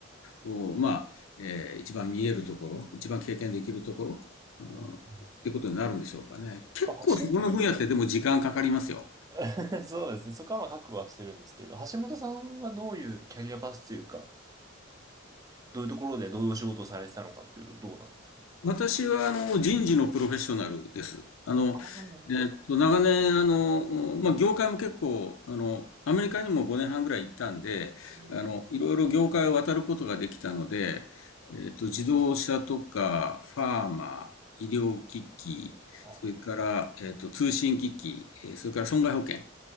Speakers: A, on the left; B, on the right.
A: のを、まあ、えー一番見えるところ、一番経験できるところ
B: うんうん
A: っていうことになるんでしょうかね。結構そこの分野ってでも時間かかりますよ。
B: まあ橋本 <laughs> そうですね。そこはまあ覚悟はしてるんですけど、橋本さんはどういうキャリアパスというか、どういうところでどういうお仕事をされてたのかっていうとどうなんですかね。
A: 私はあの人事のプロフェッショナルです。あの、
B: ああ、なるほど。
A: えっと、長年、あの、まあ、業界も結構、あの、アメリカにも5年半ぐらい行ったんで、
B: うん。
A: あの、いろいろ業界を渡ることができたので、えっと、自動車とか、ファーマー、医療機器、
B: あ、
A: それから、えっと、通信機器、それから損害保険。